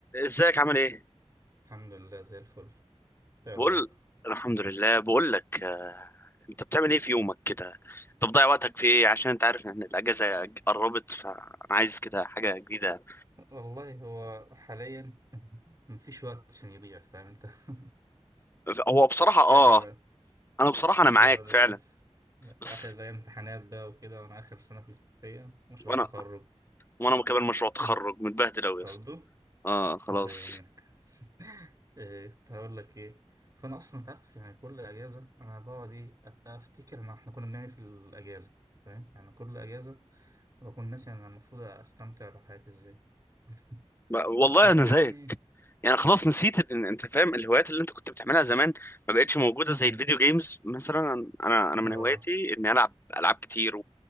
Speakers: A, on the left (about 20°); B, on the right (about 35°).
A: ازيك عامل ايه
B: الحمد لله زي الفل ايه
A: بقول
B: اخبارك
A: الحمد لله بقول لك آه، انت بتعمل ايه في يومك كده انت بتضيع وقتك في ايه عشان انت عارف ان الاجازه قربت فانا عايز كده حاجه جديده
B: والله هو حاليا <laughs> مفيش وقت عشان يضيع فاهم انت <laughs>
A: هو بصراحه
B: مشكلة
A: اه
B: بقى
A: انا بصراحه انا معاك
B: آه، للأسف
A: فعلا بس
B: آخر الأيام امتحانات بقى وكده وأنا آخر سنة في الكلية مشروع
A: وانا
B: تخرج
A: وانا مكمل مشروع تخرج
B: مم.
A: متبهدل قوي يا
B: برضو
A: اسطى اه خلاص
B: الله يعينك <laughs> إيه، كنت هقول لك إيه فأنا أصلا أنت عارف يعني كل أجازة أنا بقعد إيه أبقى أفتكر إن إحنا كنا بنعمل إيه في الأجازة فاهم يعني كل أجازة بكون ناسي أنا المفروض أستمتع بحياتي إزاي <laughs>
A: بقى- والله
B: بس
A: انا زيك
B: يعني
A: يعني خلاص نسيت ال- انت فاهم الهوايات اللي انت كنت بتعملها زمان ما بقتش موجوده زي
B: آه
A: الفيديو جيمز مثلا انا انا من
B: آه
A: هواياتي اني العب العاب كتير